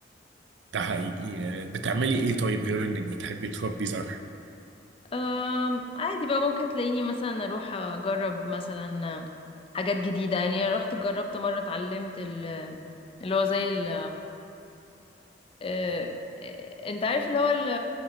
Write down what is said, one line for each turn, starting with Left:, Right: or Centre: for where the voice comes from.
Right: ده حقيقي آه، بتعملي ايه طيب غير انك بتحبي تربي زرع
Left: أم، عادي بقى ممكن تلاقيني مثلا اروح اجرب مثلا حاجات جديدة يعني رحت جربت مرة اتعلمت ال- اللي هو زي ال أه، أه، انت عارف اللي هو ال-